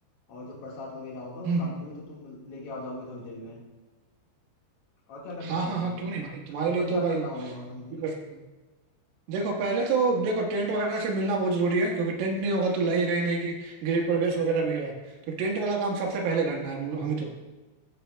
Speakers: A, on the left; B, on the right.
A: और जो प्रसाद वगैरह होगा वो
B: हम्म
A: सामग्री
B: हम्म।
A: तो तुम लेके आ जाओगे थोड़ी देर में और क्या कर
B: हाँ
A: सकते
B: हाँ
A: हो
B: हाँ
A: तुम
B: क्यों
A: बताओ
B: नहीं भाई तुम्हारे लिए
A: और
B: तो
A: क्या
B: भाई
A: करना
B: ये
A: होगा हमारे लिए
B: कर सकते हैं देखो पहले तो देखो टेंट वगैरह से मिलना बहुत जरूरी है क्योंकि टेंट नहीं होगा तो लगेगा ही नहीं कि गृह प्रवेश वगैरह भी है तो टेंट वाला काम सबसे पहले करना है हमें तो